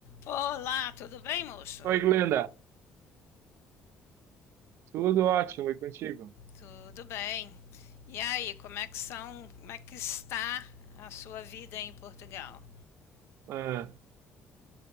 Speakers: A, on the left; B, on the right.
A: Olá, tudo bem, moço?
B: Oi, Glenda. Tudo ótimo e contigo?
A: Tudo bem. E aí, como é que são, como é que está a sua vida em Portugal?
B: Ah,